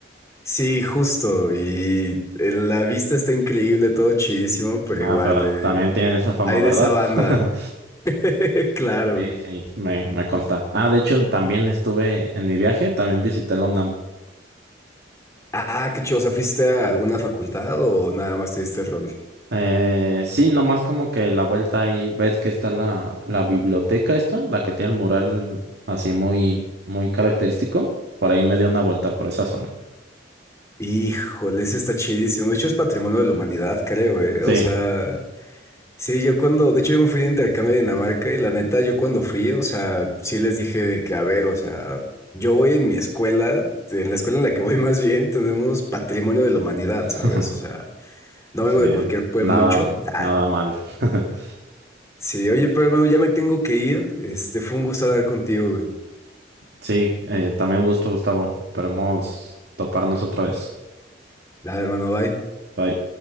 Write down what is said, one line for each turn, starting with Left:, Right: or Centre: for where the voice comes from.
Left: Sí, justo. Y eh, la vista está increíble, todo chidísimo, pero
Right: Ah,
Left: igual
Right: pero
Left: hay,
Right: también tienen esa fama,
Left: hay
Right: ¿verdad?
Left: de esa banda.
Right: <laughs>
Left: <laughs> Claro.
Right: Sí, sí, me, me consta. Ah, de hecho, también estuve en mi viaje, también visité la UNAM.
Left: Ah, qué chido. O sea, ¿fuiste a alguna facultad o nada más te diste el rol?
Right: Eh, sí, nomás como que la vuelta ahí ves que está la, la biblioteca esta, la que tiene el mural así muy, muy característico. Por ahí me dio una vuelta por esa zona.
Left: Híjole, ese está chidísimo. De hecho, es patrimonio de la humanidad, creo, ¿eh?
Right: Sí,
Left: O sea. Sí, yo cuando, de hecho yo me fui de intercambio a Dinamarca y la neta, yo cuando fui, o sea, sí les dije de que, a ver, o sea, yo voy en mi escuela, en la escuela en la que voy <laughs> más bien, tenemos patrimonio de la humanidad,
Right: <laughs>
Left: ¿sabes? O sea, no
Right: sí,
Left: vengo de cualquier pueblucho.
Right: nada,
Left: Ah,
Right: nada mal. <laughs>
Left: sí, oye, pero hermano, ya me tengo que ir. Este, fue un gusto hablar contigo, güey.
Right: Sí, eh, también un gusto, Gustavo. Esperemos toparnos otra vez.
Left: Dale, hermano, bye.
Right: Bye.